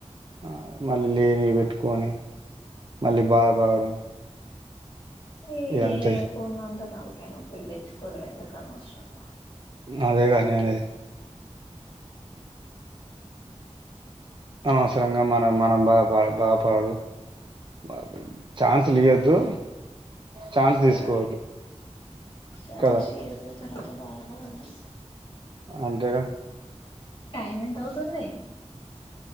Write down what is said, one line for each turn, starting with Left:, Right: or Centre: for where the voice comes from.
Right: ఆ మళ్ళీ లేని పెట్టుకొని మళ్ళీ బాధపడడం
Left: ఇల్న్
Right: ఇగ అంతే
Left: పూర్ణ అంత వాళ్ళకైనా ఒప్పికి తెచ్చుకోవలేడం ఎందుకు అనవసరంగా
Right: అదేగా నేననేది అనవసరంగా మనం మనం బా బా బా పడు బాపడు ఛాన్స్ లు ఇయ్యెద్దు. ఛాన్స్ తీసుకోవద్దు
Left: తర్వాత ఛాన్స్
Right: కదా
Left: ఇయ్యదు తర్వాత బాధపడొద్దు
Right: అంతేగా
Left: టైమ్ ఎంత అవుతుంది